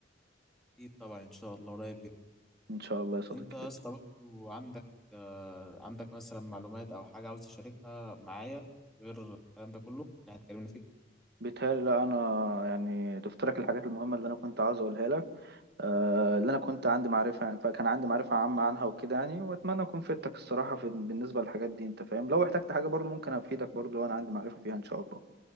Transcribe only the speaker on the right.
ان شاء الله يا صديقي
بإذن
الله.
بيتهيألي لا انا يعني ضفت لك الحاجات المهمه اللي انا كنت عاوز اقولها لك آه، اللي انا كنت عندي معرفه يعني فكان عندي معرفه عامه عنها وكده يعني واتمنى اكون فدتك الصراحه في بالنسبه للحاجات دي انت فاهم لو احتجت حاجه برضه ممكن افيدك برضه لو انا عندي معرفه فيها ان شاء الله